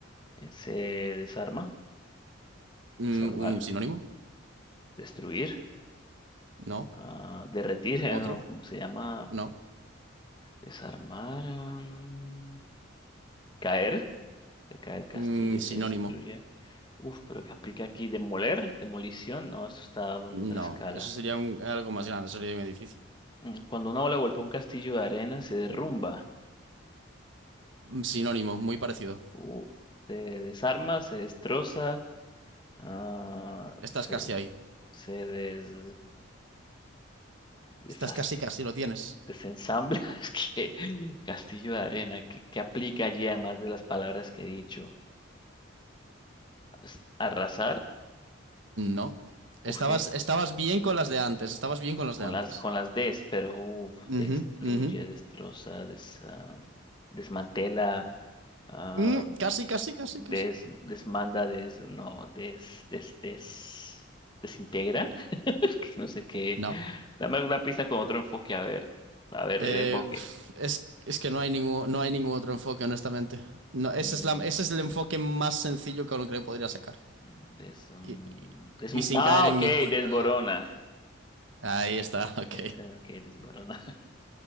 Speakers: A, on the left; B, on the right.
A: Eh, Se desarma,
B: Mm,
A: desarmar,
B: ¿un sinónimo?
A: destruir,
B: No.
A: ah, derretir, <laughs>
B: ¿Otro?
A: ¿no? ¿Cómo se llama?
B: No.
A: Desarmar, am, caer, se cae el castillo,
B: Mm, sinónimo.
A: se destruye. Uf, pero ¿qué aplica aquí? ¿Demoler? ¿Demolición? No, eso está en
B: No,
A: otra escala.
B: eso sería un- algo más grande, sería un edificio.
A: Mm, Cuando una ola golpea un castillo de arena, se derrumba,
B: Mm, Sinónimo, muy parecido.
A: uh, se desarma, se destroza, ah,
B: Estás
A: se,
B: casi ahí.
A: se des, desas-
B: Estás casi, casi lo tienes.
A: desensambla. <laughs> Es que castillo de arena, ¿qué, qué aplica allí además de las palabras que he dicho? As- Arrasar,
B: No. Estabas,
A: uf, tienes-
B: estabas bien con las de antes, estabas bien con las
A: con
B: de antes.
A: las, con las des, pero uf,
B: Ujú,
A: destruye,
B: ujú.
A: destroza, desa- desmantela. ah,
B: Mm, casi, casi, casi,
A: Des,
B: casi.
A: desmanda, des, no, des, des, des, desintegra. <laughs> Es Que No sé qué.
B: No.
A: Dame alguna pista con otro enfoque, a ver. A ver,
B: Eh,
A: el enfoque.
B: f- es, es que no hay ningún, no hay ningún otro enfoque, honestamente. No,
A: Mm,
B: ese es la- ese es el enfoque más sencillo con el que lo podría sacar.
A: des, mm,
B: Y, y-
A: des-
B: y sin
A: ah,
B: caer en
A: ok,
B: ninguna...
A: desborona.
B: Ahí está, <laughs> ok.
A: Des- eh, ok, desborona. <laughs>